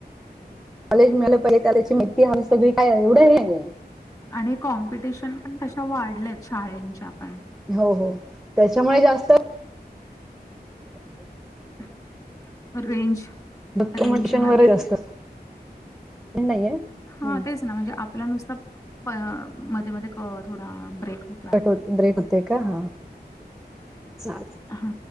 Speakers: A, in the centre; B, on the left (about 20°).
A: कॉलेज मिळालं पहिजे त्याल्याची मी ती म्हणजे सगळी काय एवढं हे नायये
B: आणि कॉम्पिटिशन पण कशा वाढल्यात शाळेनंच्या पण
A: हो हो त्याच्यामुळे जास्त
B: <unintelligible> रेंज
A: डॉक्युमेंटेशन
B: रेंज मध्ये
A: वगैरे जास्त नाहीये हम्म
B: हा तेच ना म्हणजे आपला नुसतं प मध्ये मध्ये थो थोडा ब्रेक हो
A: कट होत ब्रेक होतोय का हा चालेलं.
B: हा